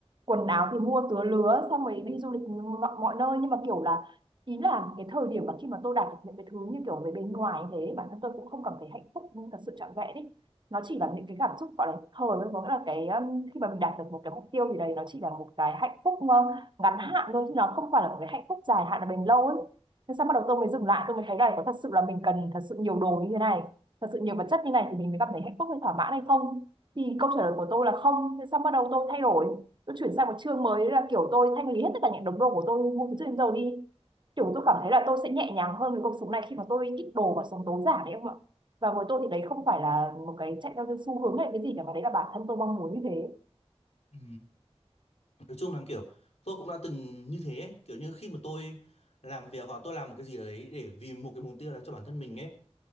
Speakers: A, on the right; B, on the left.
A: quần áo thì mua tứa lứa, xong rồi đi du lịch mọi, mọi nơi nhưng mà kiểu là ý là cái thời điểm mà khi mà tôi đạt được những cái thứ như kiểu về bên ngoài như thế, bản thân tôi cũng không cảm thấy hạnh phúc nhưng thật sự trọn vẹn ấy. Nó chỉ là những cái cảm xúc gọi là thời thôi, có nghĩa là cái um, khi mà mình đạt được một cái mục tiêu thì đấy nó chỉ là một cái hạnh phúc ờ, ngắn hạn thôi chứ nó không phải là một cái hạnh phúc dài hạn là bền lâu ấy thế sao bắt đầu tôi mới dừng lại tôi mới thấy là có thật sự là mình cần thật sự nhiều đồ như thế này thật sự nhiều vật chất như này thì mình mới cảm thấy hạnh phúc hay thỏa mãn hay không thì câu trả lời của tôi là không thế sao bắt đầu tôi thay đổi tôi chuyển sang một chương mới là kiểu tôi thanh lý hết tất cả những đống đồ của tôi mua từ trước đến giờ đi kiểu tôi cảm thấy là tôi sẽ nhẹ nhàng hơn với cuộc sống này khi mà tôi ít đồ và sống tối giản đấy không ạ và với tôi thì đấy không phải là một cái chạy theo cái xu hướng hay cái gì cả mà đấy là bản thân tôi mong muốn như thế
B: Ừ. Nói chung là kiểu tôi cũng đã từng như thế ấy. Kiểu như khi mà tôi làm việc hoặc tôi làm một cái gì đấy để vì một cái mục tiêu là cho bản thân mình ấy